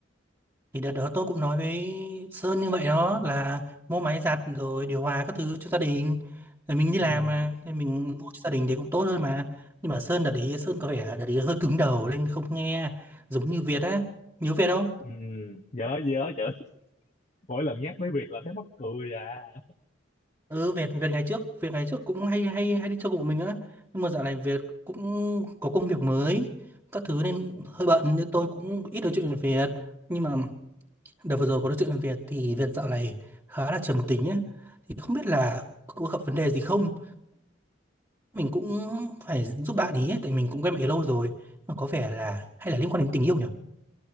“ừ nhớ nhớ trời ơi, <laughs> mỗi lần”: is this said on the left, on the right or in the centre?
Left